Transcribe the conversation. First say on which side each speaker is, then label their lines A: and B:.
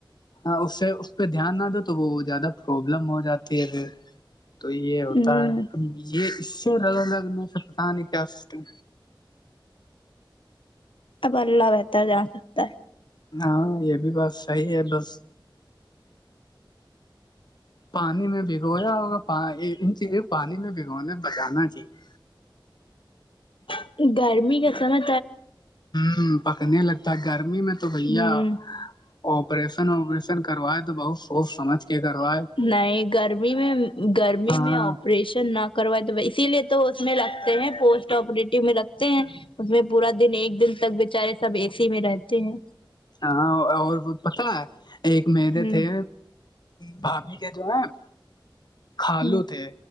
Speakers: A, on the left; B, on the left.
A: ہاں اس سے اس پہ دھیان نہ دو تو وہ زیادہ پروابلم ہو جاتی ہے پھر تو یہ
B: ہ
A: ہوتا ہے یہ اس سے الگ لگنے سے پتا نہیں کیا سسٹم
B: اب اللہ بہتر جا سکتا ہے
A: ہاں یہ بھی بات صحی ہے بس پانی میں بھگویا ہوگا ان چیز کو پانی میں بھگونے بچانا چاہیے
B: ہے گرمی کا سمے
A: ہوں پکنے لگتا گرمی میں تو بیا
B: ہوں
A: آپریشن وپریشن کروائے تو بہت سوچ سمجھ کے کروائے
B: نہیں گرمی میں گرمی
A: ہاں
B: میں آپریشن نہ کروائے تو اسی لیے تو اس میں لگتے ہیں پوسٹ آپریٹو میں لگتے ہیں اس میں پورا دن ایک دن تک بیےچارے سب اے سی میں رہتے ہیں
A: ہاں اور وہ پت ہے ایک میرے
B: ہ
A: تھے بھاابھی کے جو ہیں کالو
B: ہ
A: تھے